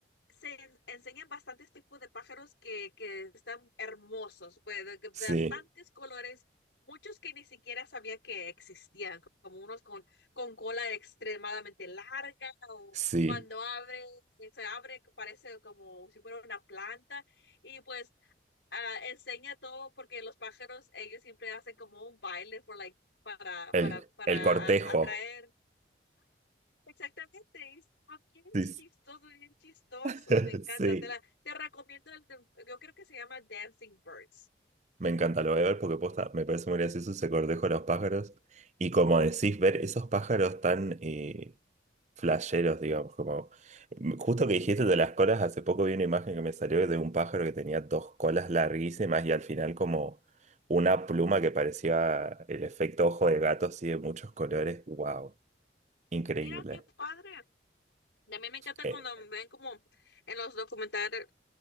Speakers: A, on the left; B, on the right.
A: se en- enseñan bastantes tipos de pájaros que, que están hermosos, pues, de- de bastantes
B: Sí,
A: colores, muchos que ni siquiera sabía que existían, co- como unos con, con cola extremadamente larga o
B: sí.
A: cuando abre, eh, se abre, que parece como si fuera una planta y pues ah, enseña todo porque los pájaros, ellos siempre hacen como un baile for, like, para,
B: El,
A: para, para
B: el cortejo.
A: a- atraer. Exactamente, es ah, bien
B: Sí, sí.
A: chistoso, bien chistoso,
B: <laughs>
A: me encanta,
B: Sí.
A: te la, te recomiendo el, de- yo creo que se llama Dancing Birds.
B: Me encanta, lo voy a ver porque posta, me parece muy gracioso ese cortejo de los pájaros. Y como decís, ver esos pájaros tan, eh, flasheros, digamos, como justo que dijiste de las colas, hace poco vi una imagen que me salió de un pájaro que tenía dos colas larguísimas y al final como una pluma que parecía el efecto ojo de gato así de muchos colores. Wow, increíble.
A: Mira qué padre. Y a mí me encanta
B: Eh,
A: cuando me ven como en los documentales,